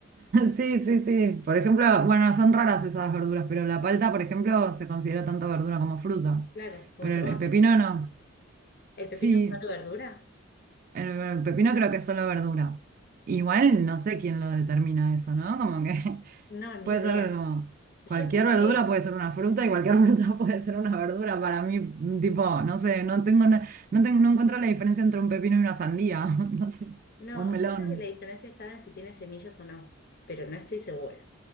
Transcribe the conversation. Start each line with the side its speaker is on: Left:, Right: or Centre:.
Right: Sí, sí, sí. Por ejemplo, bueno, son raras esas verduras, pero la palta, por ejemplo, se considera tanto verdura como fruta,
Left: Claro, como
Right: pero
Left: el tomate.
Right: el el pepino no.
Left: ¿El pepino
Right: Sí,
Left: es solo verdura?
Right: el, el pepino creo que es solo verdura. Igual no sé quién lo determina eso, ¿no? Como que <laughs>
Left: No, ni
Right: puede
Left: idea.
Right: ser como cualquier
Left: Yo creo
Right: verdura
Left: que...
Right: puede ser una fruta y cualquier <laughs> fruta puede ser una verdura. Para mí, mm, tipo, no sé, no tengo na- no tengo, no encuentro la diferencia entre un pepino y una sandía, <laughs> no sé,
Left: No,
Right: o un melón.
Left: yo creo que la diferencia estaba en si tiene semillas o no, pero no estoy segura.